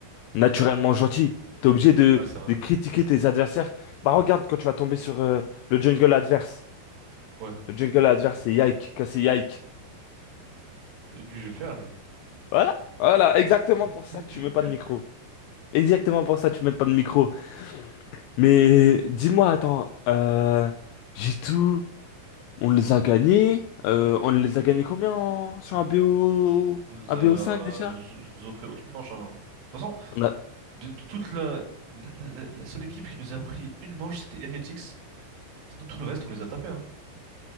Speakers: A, on the left; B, on the right.
A: naturellement gentil. T'es obligé de,
B: Ouais, c'est vrai.
A: de critiquer tes adversaires. Bah regarde quand tu vas tomber sur euh, le jungle adverse.
B: Ouais.
A: Le jungle adverse, c'est Yike, c'est Yike.
B: Et Lui, je vais le faire, lui.
A: Voilà, voilà, exactement pour
B: <laughs>
A: ça que tu
B: Lui, je
A: mets
B: vais le
A: pas
B: faire.
A: de micro. Exactement pour ça que tu mets pas de micro. Mais dis-moi, attends, euh, j'ai tout, on les a gagnés. Euh, on les a gagnés combien en- sur un BO,
B: On nous
A: un
B: a...
A: BO5 déjà?
B: Ils ils nous ont pris aucune manche, hein. De toute façon,
A: On a-
B: de, de toute la... La, la- la- la seule équipe qui nous a pris une manche, c'était Heretics. Sinon, tout le reste, on les a tapés, hein.